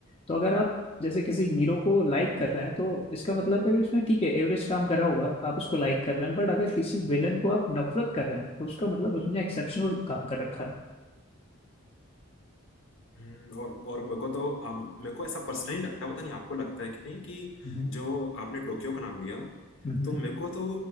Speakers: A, on the left (about 25°); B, on the left (about 60°).
A: तो अगर आप जैसे किसी हीरो को लाइक कर रहे हैं तो इसका मतलब है कि उसने ठीक है एवरेज काम करा होगा आप उसको लाइक कर रहे हैं बट अगर किसी विलन को आप नफरत कर रहे हैं तो उसका मतलब उसने एक्सेप्शनल काम कर रखा है
B: हम्म, और और मेरे को तो आम, मेरे को ऐसा पर्सनली लगता है पता नहीं आपको लगता है कि नहीं कि
A: हम्म
B: जो आपने टोक्यो का नाम लिया
A: हम्म
B: तो मेरे को तो